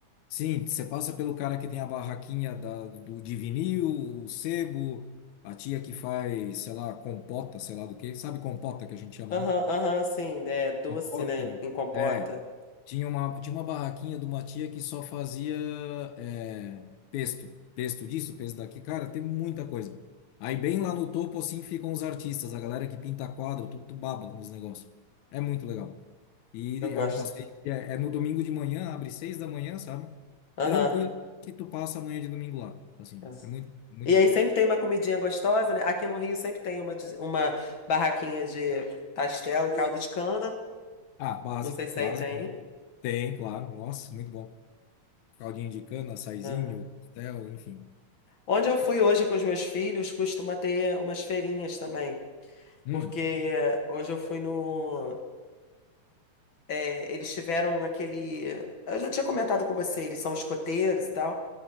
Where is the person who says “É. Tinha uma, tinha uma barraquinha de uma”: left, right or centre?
Left